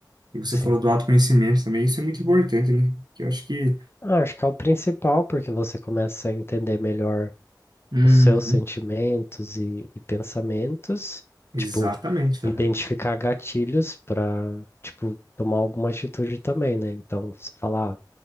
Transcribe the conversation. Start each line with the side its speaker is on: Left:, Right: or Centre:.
Right: E você
Left: Sim.
Right: falou do autoconhecimento também, isso é muito importante, né? Que eu acho que...
Left: Ah, acho que é o principal, porque você começa a entender melhor
Right: Uhum.
Left: os seus sentimentos e, e pensamentos,
Right: Exatamente,
Left: tipo,
Right: cara.
Left: identificar gatilhos para, tipo, tomar alguma atitude também, né? Então, você falar,